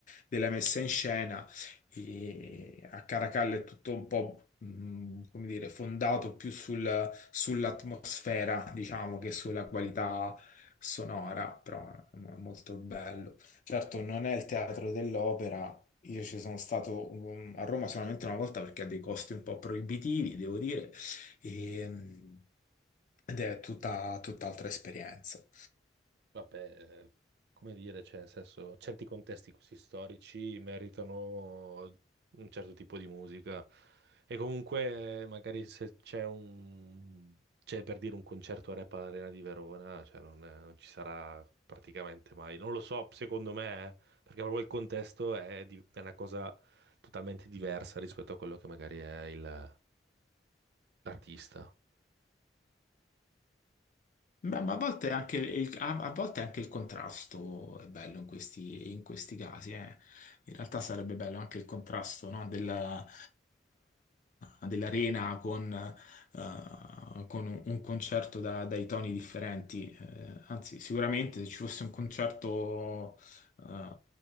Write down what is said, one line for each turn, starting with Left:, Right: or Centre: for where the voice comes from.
Left: della messa in scena. E a Caracalla è tutto un po', mh, come dire, fondato più sul- sull'atmosfera, diciamo, che sulla qualità sonora, però è molto bello. Certo, non è il teatro dell'opera, io ci sono stato um, a Roma solamente una volta perché ha dei costi un po' proibitivi, devo dire, e, mm, ed è tutta, tutt'altra esperienza.
Right: Vabbè, come dire, cioè, nel senso, certi contesti così storici meritano un certo tipo di musica. E comunque, magari se c'è un, c'è per dire un concerto rap all'Arena di Verona, cioè non, eh, non ci sarà praticamente mai. Non lo so, secondo me, eh, perché proprio il contesto è, di- è una cosa totalmente diversa rispetto a quello che magari è il- l'artista.
Left: Ma, ma a volte anche il, a, a volte anche il contrasto è bello in questi, in questi casi. eh. In realtà sarebbe bello anche il contrasto, no, della, eh, dell'arena con, eh, con un, un concerto da- dai toni differenti. Eh, anzi, sicuramente se ci fosse un concerto eh,